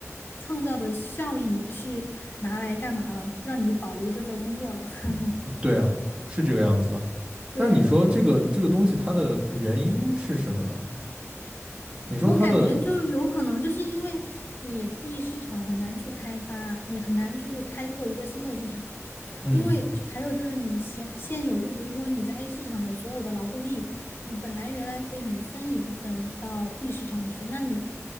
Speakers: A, on the left; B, on the right.
A: 创造的效益是拿来干嘛了？让你保留这份儿工作了。<laughs>
B: 对啊，是这个样子的。
A: 对对。
B: 那你说这个这个东西它的原因是什么呢？你说它的，
A: 我感觉就有可能，就是因为你 B 市场很难去开发，你很难去开拓一个新的市场，
B: 嗯
A: 因为就还有就是你现现有，就比如说你在 A 市场的所有的劳动力，你本来原来可以你分一部分到 B 市场去，那你